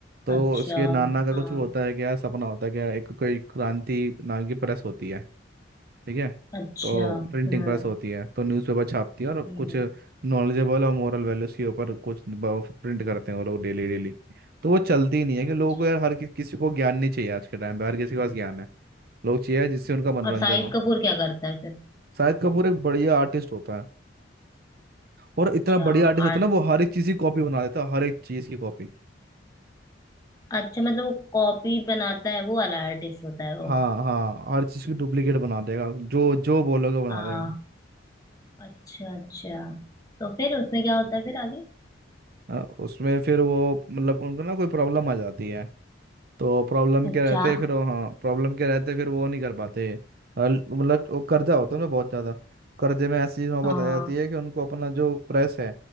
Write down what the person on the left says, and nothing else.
अच्छा
हाँ
अच्छा
हम्म
हम्म
अच्छा
हम्म,
अच्छा। और शाहिद
कपूर क्या करता है फिर
अच्छा
आर्ट
अच्छा मतलब वो कॉपी बनाता है वो वाला आर्टिस्ट होता है
वो
अच्छा अच्छा तो फिर उसमें क्या होता है फिर आगे
अच्छा
हाँ